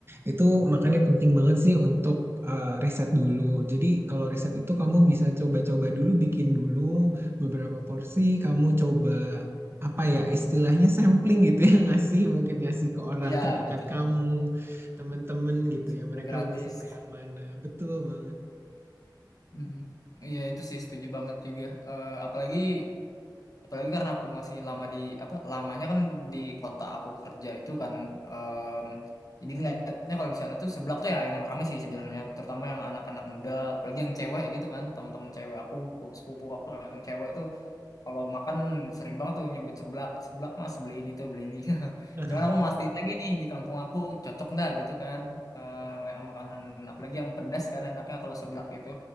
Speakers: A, on the right; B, on the left.
A: Itu makanya penting banget sih untuk eh, riset dulu. Jadi kalau riset itu kamu bisa coba-coba dulu, bikin dulu beberapa porsi, kamu coba apa ya istilahnya sampling gitu ya <laughs> ngasih mungkin ngasih ke orang
B: Iya
A: terdekat
B: betul.
A: kamu, temen-temen gitu
B: <laughs>
A: ya mereka
B: Gratis.
A: lebih suka yang mana. Betul banget,
B: Mm-mm. Iya itu sih setuju banget juga. Eh, apalagi apalagi karena aku masih lama di apa lamanya kan di kota aku kerja itu kan. em, jadi ngeliatnya kalau di sana tuh seblak tuh ya emang rame sih sebenarnya. Terutama yang anak-anak muda, apalagi yang cewek gitu kan. Teman-teman cewek aku, sepupu aku yang cewek tuh Kalau makan sering banget tuh nyebut seblak, seblak mas beli ini tuh beli ini. <laughs>
A: <laughs>
B: Cuman aku mau mastiin lagi nih di kampung aku cocok nggak gitu kan, Eh yang makanan apalagi yang pedas kan enaknya kalau seblak itu